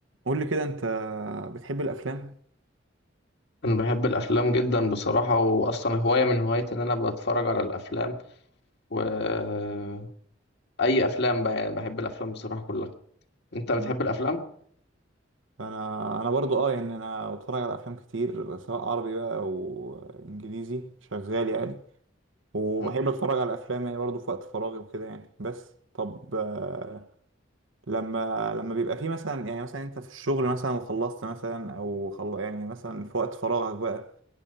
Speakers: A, on the right; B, on the left.
A: قول لي كده انت بتحب الافلام
B: أنا بحب الأفلام جدا بصراحة وأصلا هواية من هوايتي إن أنا بتفرج على الأفلام وأي أفلام بقى يعني بحب الأفلام بصراحة كلها أنت بتحب
A: مم.
B: الأفلام؟
A: انا انا برضو اه يعني انا بتفرج على افلام كتير سواء عربي بقى او انجليزي شغال يعني وبحب
B: مم.
A: اتفرج على افلام يعني برضو في وقت فراغي وكده يعني بس طب آه، لما لما بيبقى في مثلا يعني مثلا انت في الشغل مثلا وخلصت مثلا او خل... يعني مثلا في وقت فراغك بقى